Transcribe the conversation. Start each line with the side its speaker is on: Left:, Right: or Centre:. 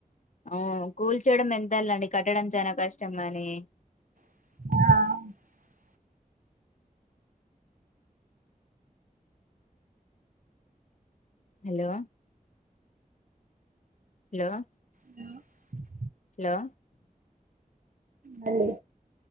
Left: అవును కూల్చేయడం ఎంతలేండి కట్టడం చానా కష్టం కాని
Right: ఆ
Left: hello hello
Right: hello
Left: hello
Right: hello